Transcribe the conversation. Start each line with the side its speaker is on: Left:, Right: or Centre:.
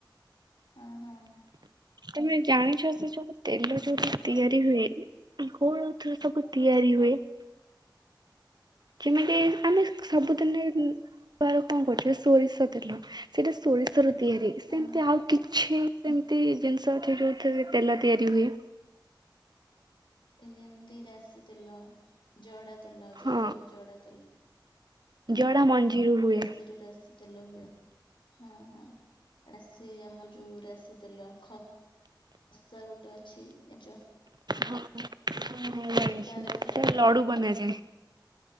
Left: ହଁ ହଁ।
Right: ତମେ ଜାଣିଚ ସେମବୁ ତେଲ ଯୋଉଠି ତିଆରି ହୁଏ? କୋଉ ଅର୍ଥରୁସବୁ ତିଆରି ହୁଏ? ଯେମିତି ଆମେ ସବୁଦିନେ ତାର କଣ କରୁଚୁ ସୋରିଷ ତେଲ ସେଇଟା ସୋରିଷରେ ତିଆରି ସେମିତି
Left: ହଁ
Right: ଆଉ କିଛି ସେମିତି ଜିନିଷ ଏଠି ଯେଉଥିରେ ତେଲ ତିଆରି ହୁଏ।
Left: ଏ ଯେମିତି ରାଶି ତେଲ ଜଡ଼ା ତେଲ ଜଡ଼ାରୁୁ
Right: ହଁ
Left: ଜଡ଼ା ତେଲ
Right: ଜଡା ମଞ୍ଜିରୁ ହୁଏ।
Left: ରାଶିରୁ ରାଶି <unintelligible> ତେଲ ହୁଏ ହଁ ହଁ ଏଟା ସେଇ ଆମର ଆମ ଯୋଉ ରାଶି ତେଲ ଖ ଖସା ଗୋଟେ ଅଛି ଜାଣିଚ?
Right: ହଁ ହଁ ଜାଣିଚି
Left: ତା ଦେହରେ
Right: ସେଟା
Left: ବି ତେଲ
Right: ଲଡ଼ୁ ବନାଯାଏ।